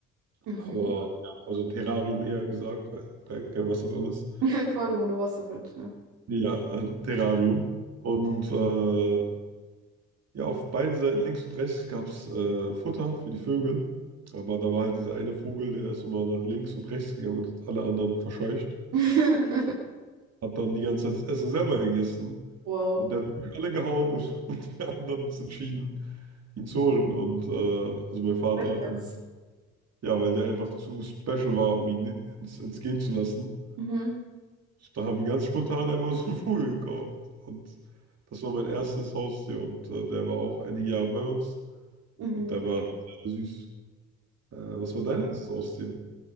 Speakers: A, on the right; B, on the right.
A: Mhm.
B: aber ja, also ein Terrarium eher gesagt, weil da kein Wasser drin ist.
A: <laughs> Aquarium ohne Wasser halt, ja.
B: Nee, Ja, äh, ein Terrarium. Und äh, ja, auf beiden Seiten, links und rechts, gab es äh, Futter für die Vögel. Aber da war halt dieser eine Vogel, der ist immer nach links und rechts gegangen und hat alle anderen verscheucht.
A: <laughs>
B: Hat dann die ganze Zeit das Essen selber gegessen.
A: Wow.
B: Und der hat alle gehauen und, <laughs> und wir anderen uns entschieden, ihn zu holen. Und äh, also mein Vater.
A: Echt jetzt?
B: Und ja, weil der einfach zu special war, um ihn ni- ins, ins gehen zu lassen.
A: Mhm,
B: Da haben wir ganz spontan einfach so einen Vogel gekauft. Und das war mein erstes Haustier. Und äh, der war auch einige Jahre bei uns.
A: mhm.
B: Und der war sehr süß. Äh, was war dein erstes Haustier?